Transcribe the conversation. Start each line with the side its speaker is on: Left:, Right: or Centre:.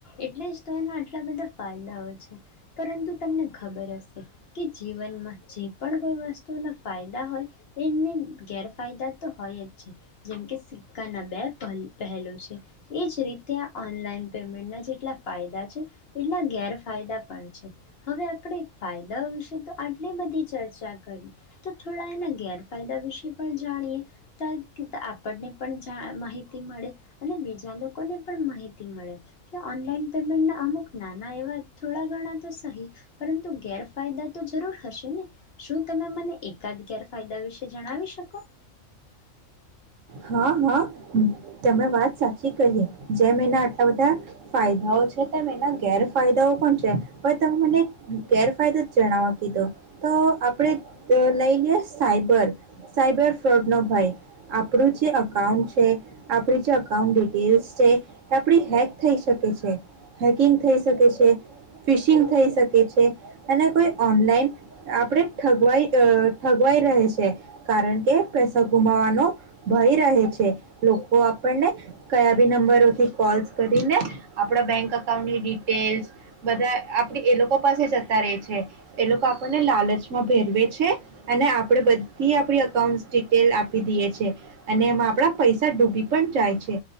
Left: એટલે જ તો એના આટલા બધા ફાયદાઓ છે પરંતુ તમને ખબર હશે કે જીવનમાં જે પણ કોઈ વસ્તુના ફાયદા હોય એમને ગેરફાયદા તો હોય જ છે જેમકે સિક્કાના બે પ પહેલો છે એ જ રીતે આ ઓનલાઈન. પેમેન્ટના જેટલા ફાયદા છે એટલા ગેરફાયદા પણ છે હવે આપણે ફાયદાઓ વિશે તો આટલી બધી ચર્ચા કરી તો થોડા એના ગેરફાયદા વિશે પણ જાણીએ આપણને પણ માહિતી મળે અને બીજા લોકોને પણ માહિતી મળે ઓનલાઈન પેમેન્ટના અમુક નાના એવા થોડા ઘણા તો સહી પરંતુ ગેરફાયદા તો જરૂર હશે ને શું તમે મને એકાદ ગેરફાયદા વિશે જણાવી શકો.
Right: હા હા તમે વાત સાચી કહીએ જેમ એના આટલા બધા ફાયદાઓ છે તેમ એના ગેરફાયદાઓ પણ છે. હ તમે મને. ગેરફાયદો જ જણાવવા કીધો, તો આપણે લઈ લઈ સાયબર સાયબર ફ્રોડનો ભય. કકડું જે અકાઉન્ટ છે આપણી જે અકાઉન્ટ ડિટેલ્સ છે, એ આપણી હેક થઈ શકે છે, હેકિંગ થઈ શકે છે ફિશિંગ થઈ શકે છે. અને કોઈ ઓનલાઈન, આપણે ઠગવાઈ ઠગવાઈ રહે છે, કારણ કે પૈસા ગુમાવાનો ભય રહે છે, લોકો આપણને, કયા બી નંબરોથી કોલ્સ કરીને, આપણા બેંક અકાઉન્ટની ડિટેલ્સ, બધા આપડી એ લોકો પાસે જતા રહે છે. એ લોકો આપણને લાલચમાં ભેરવે છે. અને આપડે બધી આપડી અઉન્ટ ડિટેલ આપી દઈએ છે. અને એમાં આપણા પૈસા ડૂબી પણ જાય છે,